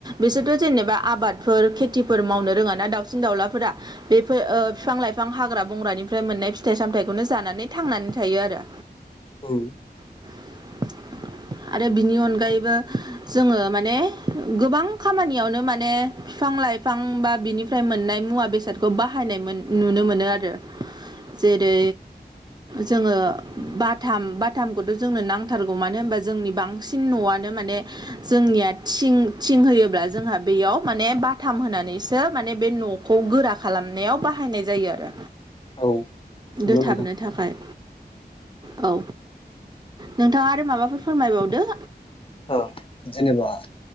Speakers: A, on the right; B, on the left.
A: बिसोरथ' जेनेबा आबादफोर खेतिफोर मावनो रोङाना दाउसिन- दाउलाफोरा बेफो ओ फिफां-लाइफां हाग्रा बंग्रानिफ्राय मोननाय फिथाइ-सामथाइखौनो जानानै थांनानै थायो आरो
B: औ
A: <inaudible> आरो बिनि अनगायैबो जोङो माने गोबां खामानियावनो माने फिफां-लाइ फां बा बिनिफ्राय मोननाय मुवा-बेसादखौ बाहायनाय मोन नुनो मोनो आरो जेरै जोङो बाथाम बाथामखौथ' ज जोंनो नांथारगौ मानो होमबा जोंनि बांसिन न'आनो माने जोंनिया थिं थिं होयोब्ला जोंहा बेयाव माने बाथाम होनानैसो मा बे न'खौ गोरा खालामनायाव बाहायनाय जायो आरो
B: औ नंगौ
A: दोथाबनो
B: नोंथां
A: थाखाय औ नोंथाङा आरो माबाफोर फोरमायबावदो
B: ओ जेनेबा